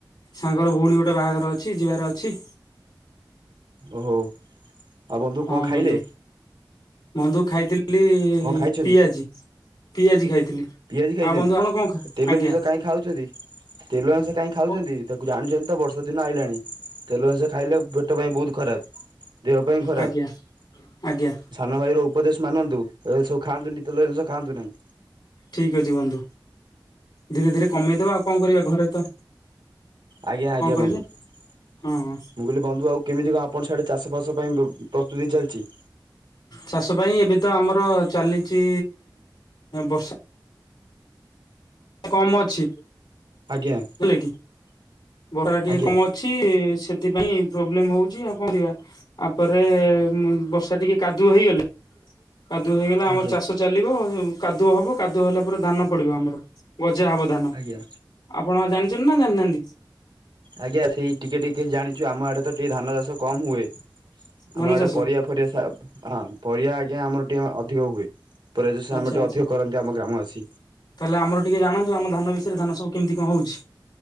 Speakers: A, on the left (about 75°); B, on the right (about 70°).
A: ସାଙ୍ଗର ଭଉଣୀ ଗୋଟେ ବାହାଘର ଅଛି ଯିବାର ଅଛି।
B: ଓହୋ। ଆଉ ବନ୍ଧୁ
A: ହଁ
B: କଣ ଖାଇଲେ?
A: ବନ୍ଧୁ। ବନ୍ଧୁ ଖାଇଥିଲି
B: କଣ ଖାଇଛନ୍ତି
A: ପିଆଜି। ପିଆଜି ଖାଇଥିଲି।
B: ପିଆଜି ଖାଇଛନ୍ତି?
A: ଆଉ ବନ୍ଧୁ ଆପଣ କଣ ଖା
B: ତେଲ
A: ଆଜ୍ଞା
B: ଜିନିଷ କାଇଁ ଖାଉଛନ୍ତି। ତେଲ ଅଂଷ କାଇହିଁ ଖାଉଛନ୍ତି।
A: ହଁ
B: ତାକୁ ଜାଣିଛନ୍ତି ତ ବର୍ଷା ଦିନ ଆଇଲାଣି। ତେଲ ଜିନିଷ ଖାଇଲେ ପେଟ ପାଇଁ ବୋହୁତ୍ ଖରାପ। ଦେହ ପାଇଁ ଖରାପ।
A: ଆଜ୍ଞା ଆଜ୍ଞା
B: ସାନ ଭାଇ ର ଉପଦେଶ ମାନନ୍ତୁ ଏବେ ସବୁ ଖାଆନ୍ତୁନ ତେଲ ଜିନିଷ ଖାନ୍ତୁ ନାହିଁ।
A: ଠିକ୍ ଅଛି ବନ୍ଧୁ। ଧୀରେ ଧୀରେ କମେଇଦବା ଆଉ କଣ କରିବା ଘରେ ତ
B: ଆଜ୍ଞା, ଆଜ୍ଞା,
A: କଣ କହିଲେ
B: ବନ୍ଧୁ। ମୁଁ
A: ହଁ ହଁ।
B: କହିଲି ବନ୍ଧୁ ଆଉ କେମିତି କଣ ଆପଣଙ୍କ ସିଆଡେ ଚାଷ ଫାସ ପାଇଁ ପ୍ରସ୍ତୁତି ଚାଲିଛି?
A: ଚାଷ ପାଇଁ ଏବେ ତ ଆମର ଚାଲିଛି। ବର୍ଷା କମ ଅଛି।
B: ଆଜ୍ଞା,
A: ହେଲା କି <unintelligible> ଟିକେ
B: ଆଜ୍ଞା
A: କମ ଅଛି, ସେଥିପାଇଁ ପ୍ରୋବ୍ଲେମ ହଉଛି ଆଉ କଣ କରିବା। ଆ ପରେ ବର୍ଷା ଟିକେ କାଦୁଅ ହେଇଗଲେ କାଦୁଅ ହେଇଗଲେ ଆମର
B: ଆଜ୍ଞା
A: ଚାଷ ଚାଲିବ, କାଦୁଅ ହବ, କାଦୁଅ ହେଲା ପରେ ଧାନ ପଡିବ ଆମର, ଗଜା ହବ ଧାନ।
B: ଆଜ୍ଞା
A: ଆପଣ ଜାଣିଛନ୍ତି ନା ଜାଣିନାହାନ୍ତି?
B: ଆଜ୍ଞା, ସେଇ ଟିକେ ଟିକେ ଜାଣିଛୁ। ଆମ ଆଡେ ତ ଟିକେ ଧାନ ଚାଷ କମ ହୁଏ।
A: ଧାନ
B: ଆମ ଆଡେ
A: ଚାଷ
B: ପରିବା ଫରିବା ହଁ ପରିବା ଆଜ୍ଞା ଆମର ଟିକେ ଅଧିକ ହୁଏ। ପରେ ଯ ସେ
A: ଆଚ୍ଛା
B: ଆମେ ଟିକେ
A: ଆଚ୍ଛା
B: ଅଧିକ କରନ୍ତି ଆମ ଗ୍ରାମବାସୀ।
A: ତାହେଲେ ଆମର ଟିକିଏ ଜାଣନ୍ତୁ ଆମ ଧାନ ବିଷୟରେ ଧାନ ସବୁ କେମତି କଣ ହୋଉଚି।